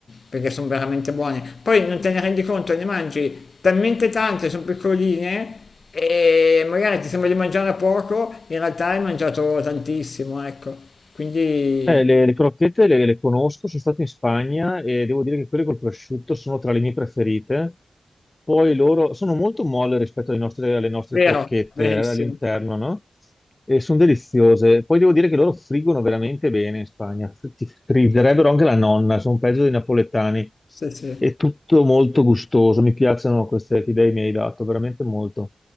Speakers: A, on the left; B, on the left.
A: perché sono veramente buone. Poi non te ne rendi conto, ne mangi talmente tante, sono piccoline e magari ti sembra di mangiare poco, in realtà hai mangiato tantissimo, ecco. Quindi,
B: Eh, le, le crocchette le, le conosco, sono stato in Spagna e devo dire che quelle col prosciutto sono tra le mie preferite. Poi loro sono molto molle rispetto alle nostre, alle nostre
A: vero,
B: crocchette
A: verissimo.
B: all'interno, no? E sono deliziose. Poi devo dire che loro friggono veramente bene in Spagna. Ti frigerebbero anche la nonna, sono peggio dei napoletani.
A: Sì, sì.
B: È tutto molto gustoso, mi piacciono queste che idee mi hai dato, veramente molto.